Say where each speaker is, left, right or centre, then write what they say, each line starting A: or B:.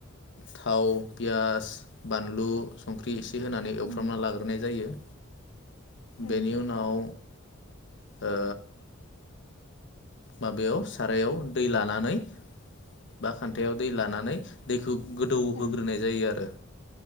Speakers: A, on the left (about 60°); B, on the left (about 75°).
A: थाव पियास बानलु संख्रि एसे होनानै एवफ्रामना
B: ओं
A: लाग्रोनाय जायो। बेनि
B: ओं
A: उनाव। ओ माबायाव सारायाव दै लाना नानै बा खानथायाव दै लानानै दैखौ गोदौ होग्रोनाय
B: ओं
A: जायो आरो